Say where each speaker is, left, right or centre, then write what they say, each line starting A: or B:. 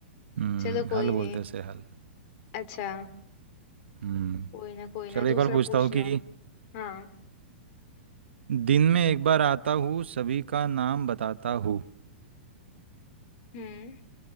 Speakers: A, on the right; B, on the left.
A: हम्म
B: चलो कोई
A: हल बोलते
B: नहीं
A: हैं उसे हल
B: अच्छा
A: हम्म
B: कोई ना कोई
A: चलो
B: ना
A: एक
B: दूसरा
A: और पूछता
B: पूछ
A: हूँ
B: लो
A: कि
B: हाँ
A: दिन में एक बार आता हूँ सभी का नाम बताता हूँ
B: हम्म